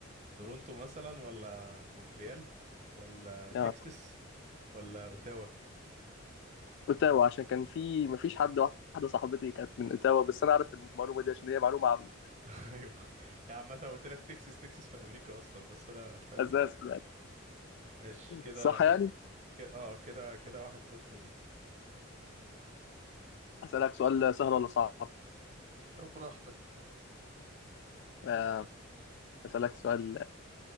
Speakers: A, on the right; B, on the left.
A: تورونتو مثلا ولا مونتريال ولا
B: آه.
A: تكساس ولا اوتاوا
B: اوتاوا عشان كان في مفيش حد واحده صاحبتي كانت من اوتاوا بس انا عارف المعلومه دي عشان هي معلومه عن
A: <laughs> ايوه يعني عامة قلت لك تكساس تكساس في امريكا اصلا بس انا فاهم
B: اساس يعني
A: ماشي كده
B: صح يعني
A: كده اه كده كده واحد صفر ليك
B: اسالك سؤال سهل ولا صعب
A: طب براحتك
B: آه، اسالك سؤال